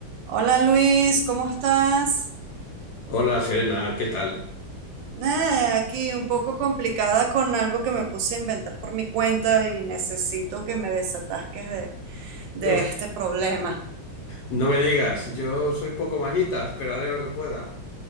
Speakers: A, on the right (about 70°); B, on the left (about 70°).
A: Hola Luis, ¿cómo estás?
B: Hola Serena, ¿qué tal?
A: Nada, aquí un poco complicada con algo que me puse a inventar por mi cuenta y necesito que me desatasques de, de
B: <laughs>
A: este problema.
B: No me digas, yo soy poco manitas, pero haré lo que pueda.